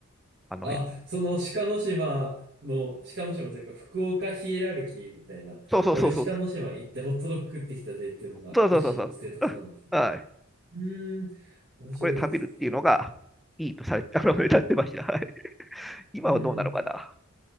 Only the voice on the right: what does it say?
あ、その鹿の島の、鹿の島というか福岡ヒエラルキーみたいな、
俺鹿の島行ってホットドッグ食ってきたぜっていうのが一種のステータスなんですね。
うーん、面白いですね。
そ
うん。